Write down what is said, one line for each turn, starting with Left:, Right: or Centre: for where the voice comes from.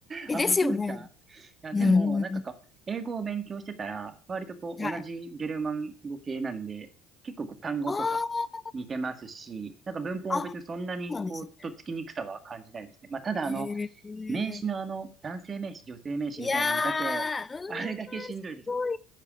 Left: え、
Right: あ、
Left: ですよね。
Right: 本当ですかいや、
Left: うん。
Right: でも、なんかこう、英語を勉強してたら、割とこう、
Left: はい。
Right: 同じゲルマン語系なんで、結構こう単語とか似てますし、
Left: あ
Right: なんか文法も別にそんなにこう、
Left: あ、あ、そうなんですね。
Right: とっつきにくさは感じないですね。まあ、ただあの、
Left: ええ。
Right: 名詞のあの、男性名詞、女性名詞みたいなんだけ、
Left: いやー、うん、す
Right: あれだけしんどいです。
Left: ごい